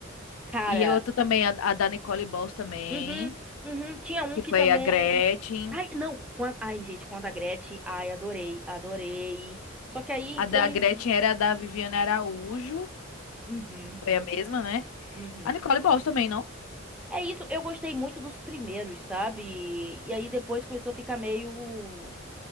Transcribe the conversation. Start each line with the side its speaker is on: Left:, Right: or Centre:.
Centre: cara.
Left: E eu tô também, a, a da Nicole Bols também,
Centre: Uhum, uhum. Tinha um
Left: que
Centre: que
Left: foi
Centre: também.
Left: a Gretchen.
Centre: Ai, não. quan- Ai, gente, quando a Gretchen. Ai, adorei, adorei. Só que aí,
Left: A
Centre: infeliz.
Left: da Gretchen era a da Viviane Araújo.
Centre: Uhum.
Left: Foi a mesma, né?
Centre: Uhum.
Left: A Nicole Bols também, não?
Centre: É isso, eu gostei muito dos primeiros, sabe? E aí depois começou a ficar meio,